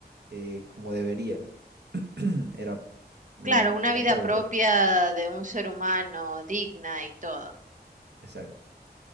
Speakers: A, on the right; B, on the right.
A: eh, como debería. <clears throat> Era
B: Claro,
A: eh, una
B: una
A: vida
B: vida
A: pobre.
B: propia de un ser humano, digna y todo.
A: Exacto.